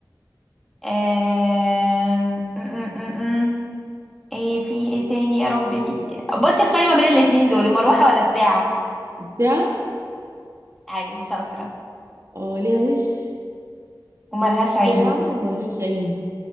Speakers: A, in the centre; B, on the right.
A: آم، م- م- م- م. ايه في ايه تاني يا ربي بصي اختاري ما بين الاتنين دول المروحة ولا الساعة
B: الساعة
A: ايوه شاطرة
B: اه ليها وش
A: وملهاش
B: وساعة
A: عيد
B: وملهاش عين